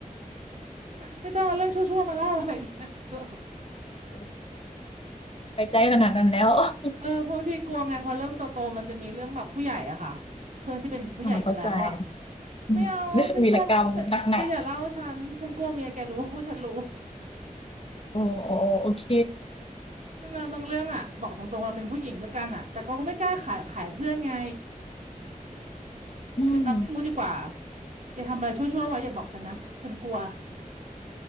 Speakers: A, on the right; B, on the left.
A: ไม่ต้องเอาเรื่องชั่วๆมาเล่าอะไรอย่างเงี้ย <laughs> คือ
B: โอ้ยไม่้ใจขนาดนั้นแล้ว <laughs>
A: เออเพราะบางทีกลัวไงพอเริ่มโตๆมันจะมีเรื่องแบบผู้ใหญ่อะค่ะเพื่อนที่เป็นผู้ใหญ่กันแล้วอะ
B: อาเข้าใจ อืม
A: ไม่เอา
B: <laughs>
A: ฉันกลัวฉันแกอย่าเล่าฉัน
B: วีรกรรมหนัก
A: ฉันกลัวเมียแกรู้ <laughs> ว่าฉันรู้
B: ๆ โอ้ๆโอเค
A: ใช่ไหมบางเรื่องอะบอกตรงๆเราเป็นผู้หญิงด้วยกันอะแต่ก็ไม่กล้าขายขายเพื่อนไง
B: <laughs> อืม
A: คือเราไม่รู้ดีกว่าแกทำอะไรชั่วๆไว้อย่าบอกฉันนะ ฉันกลัว